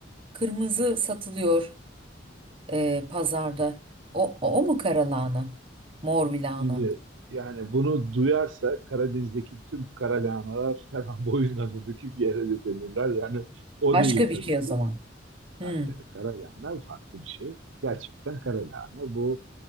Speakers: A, on the right; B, on the right.
A: kırmızı satılıyor. e, pazarda. O, o, o mu kara lahana? Mor bir lahana.
B: Şimdi yani bunu duyarsa Karadeniz'deki bütün kara lahanalar <laughs> hemen boyunlarını büküp yere dökülürler. Yani o
A: Başka
B: değil tabii
A: bir şey
B: ki.
A: o zaman.
B: Tabii
A: Hmm.
B: tabii kara lahana farklı bir şey. Gerçekten kara lahana bu